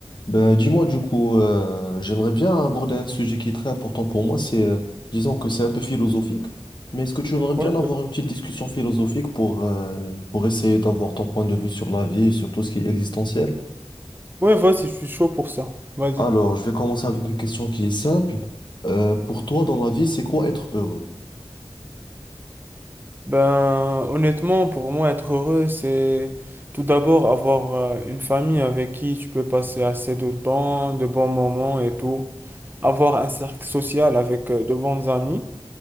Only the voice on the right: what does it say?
Ouais,
ouais, vas-y, je suis chaud pour ça. Vas-y.
Ben, honnêtement, pour moi, être heureux, c'est tout d'abord avoir euh, une famille avec qui tu peux passer assez de temps, de bons moments et tout. Avoir un cercle social avec euh, de bons amis.